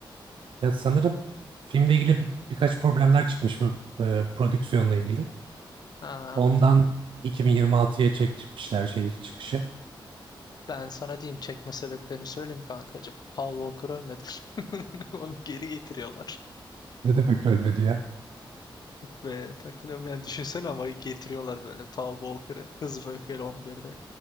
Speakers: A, on the right; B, on the left.
A: Ya sanırım filmle ilgili bir- birkaç problemler çıkmış bu e, prodüksiyonla ilgili.
B: Ha,
A: Ondan 2026'ya çekmişler şeyi çıkışı.
B: ben sana diyeyim çekme sebeplerini söyleyeyim kankacığım. Paul Walker ölmedi. <laughs> Onu geri getiriyorlar.
A: Ne demek ölmedi ya?
B: Ve takılıyorum yani düşünsene ama getiriyorlar böyle Paul Walker'ı Hızlı ve Öfkeli 11'de.